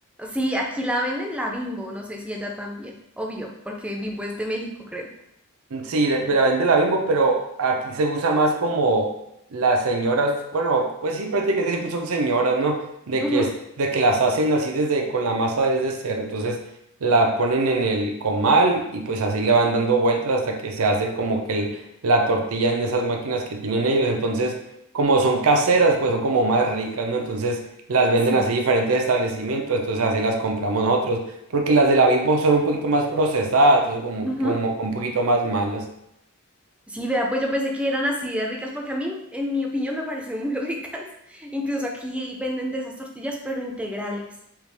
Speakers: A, in the centre; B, on the right (about 80°).
A: Sí, aquí la venden la Bimbo, no sé si allá también. Obvio, porque Bimbo es de México, creo.
B: Mm, Sí, le- la vende la Bimbo, pero aquí se usa más como las señoras, bueno, pues sí, prácticamente siempre son señoras, ¿no? De
A: Ujú.
B: que, es- de que las hacen así desde, con la masa desde cero. Entonces la ponen en el comal y pues así le van dando vueltas hasta que se hace como que el- la tortilla en esas máquinas que tienen ellos. Entonces, como son caseras, pues son como más ricas, ¿no? Entonces las venden
A: Sí.
B: así diferentes establecimientos, entonces así las compramos nosotros porque las de la Bimbo son un poquito más procesadas, entonces como,
A: ujú.
B: como un poquito más malas.
A: Sí, vea, pues yo pensé que eran así de ricas, porque a mí, en mi opinión, me parecen muy ricas. <laughs> Incluso aquí venden de esas tortillas, pero integrales.